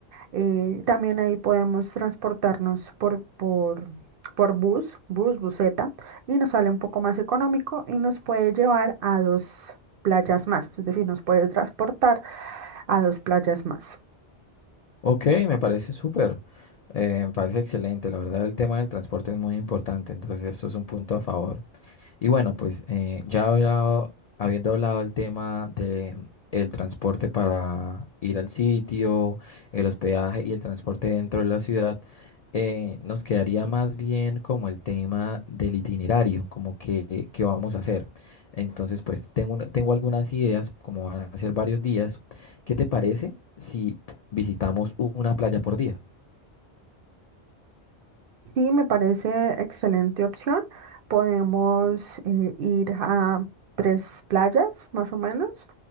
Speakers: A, on the right (about 60°); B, on the left (about 70°).
A: Eh, también ahí podemos transportarnos por, por, por bus, bus, buseta, y nos sale un poco más económico y nos puede llevar a dos playas más, es decir, nos puede transportar a dos playas más.
B: Ok, me parece súper, eh, me parece excelente. La verdad, el tema del transporte es muy importante, entonces eso es un punto a favor. Y bueno, pues eh, ya hablado- habiendo hablado el tema de mm, el transporte para ir al sitio, el hospedaje y el transporte dentro de la ciudad, eh, nos quedaría más bien como el tema del itinerario, como que qué vamos a hacer. Entonces, pues tengo, una- tengo algunas ideas, como van a ser varios días. ¿Qué te parece si visitamos una playa por día?
A: Sí, me parece excelente opción. Podemos eh, ir a tres playas más o menos